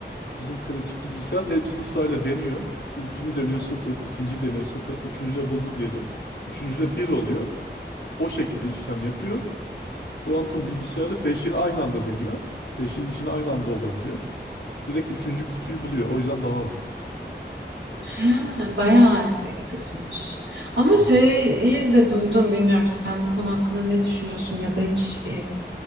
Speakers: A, on the left; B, on the right.
A: Bizim klasik bilgisayar hepsini sırayla deniyor. İlkini deniyor sıfır ikinciyi deniyor sıfır üçüncü de buldu diyelim. Üçüncü de bir oluyor. O şekilde işlem yapıyor. Kuantum bilgisayarı beşin aynı anda deniyor. beşin içinde aynı anda olabiliyor. Direkt üçüncü kutuyu buluyor. O yüzden daha hızlı.
B: Ha, bayağı efektifmiş. Ama
A: Hı hı.
B: şeyi de duydum, bilmiyorum sen bu konu hakkında ne düşünüyorsun ya da hiç e,